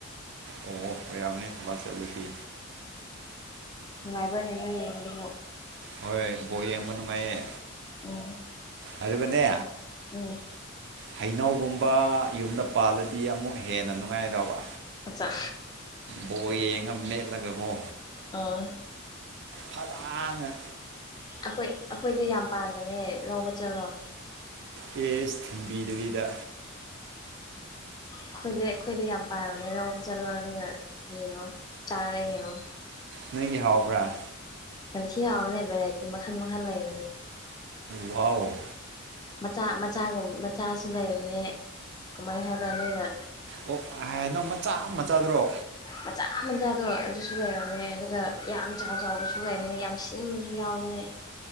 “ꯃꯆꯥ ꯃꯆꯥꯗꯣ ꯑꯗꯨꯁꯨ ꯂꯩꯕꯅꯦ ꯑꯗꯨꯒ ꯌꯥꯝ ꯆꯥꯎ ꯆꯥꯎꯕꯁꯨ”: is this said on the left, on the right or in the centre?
Left